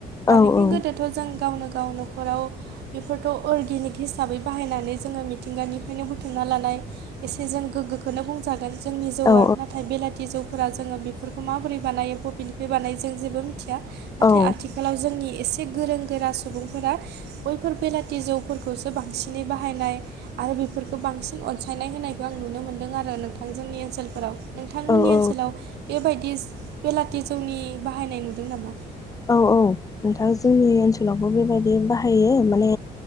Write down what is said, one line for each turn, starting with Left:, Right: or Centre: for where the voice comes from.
Right: मानखि
Left: औ औ
Right: गोदोथ' जों गावनो गाव न'खराव बेफोरथ' अर्गेनिक हिसाबै बाहायनानै जोङो मिथिंगानिफ्रायनो बुथुमना लानाय एसे जों गोग्गोखौनो बुंजागोन। जोंनि जौआ
Left: औ
Right: नाथाय बेलाथि जौखौ फोर जोङो बेफोरखौ माबोरै बानायो बबेनिफ्राय बानायो जों जेबो मिथिया। नाथाय
Left: औ
Right: आथिखाल आथिखालाव जोंनि एसे गोरों गोरा सुबुंफोरा बैफोर बेलााथि जौफोरखौसो बांसिनै बाहायनाय आरो बेफोरखौ बांसिन अनसायनाय होनायखौ आं नुनो मोनदों। आरो नोंथां जोंनि ओनसोलफोराव। नोंथांमोननि
Left: औ
Right: ओनसोलाव बेबायदि बेलाथि जौनि बाहायनाय नुदों नामा?
Left: औ औ नोंथां जोंनि ओनसोलावबो बेबायदि बाहायो माने